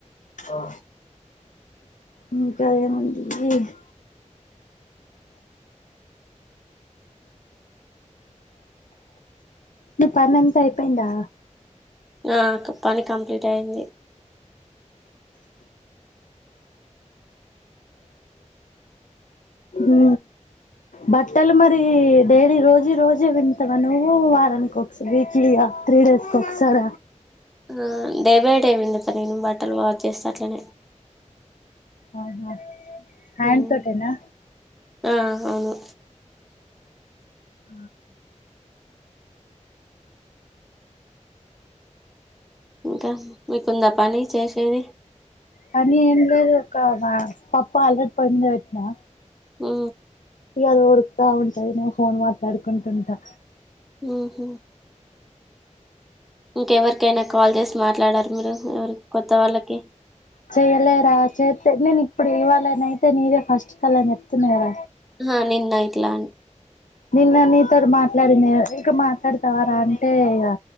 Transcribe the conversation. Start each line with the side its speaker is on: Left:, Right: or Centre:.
Left: ఆ ఇంక ఏముంది ప్లీజ్ ను పనంత అయిపోయిందా
Centre: నా పని కంప్లీట్ అయంది.
Left: ఉ బట్టలు మరి డైలీ రోజీ రోజే విప్పుతావా నువ్వు. వారనికి ఒకసారి, వీక్లీగా, త్రీ డేస్ క ఒకసార
Centre: ఆ డే బై డే పిండుత నేను బట్టలు వాట్ చేస్తా అట్నే
Left: ఆహా హ్యాండ్
Centre: మ్మ్
Left: తోటేనా
Centre: ఆ అవును
Left: అ
Centre: ఇంకా మీకుంద పని చేసేది
Left: పని ఏం ఒక పాప్పా అలెట్ పయింది వెట్నా
Centre: ఆ
Left: ఇ అద ఉడుకుతా ఉంటది నేను ఫోన్ మాట్లాడుకుంటుంటా.
Centre: ఆఓహ ఇంకెవరికైనా కాల్ చేసి మాట్లాడారు మీరు ఎవరి కొత్త వాళ్ళకి.
Left: చేయలేరా చేస్త నేను ఇప్పుడు ఇవ్వాలని అయితే నీరే ఫస్ట్ కల్ని చెప్తున్నార.
Centre: ఆ నిన్నయిత్లా అం
Left: నిన్న నితో మాట్లాడింది ఇంకా మాట్లాడతావారా అంటే ఇక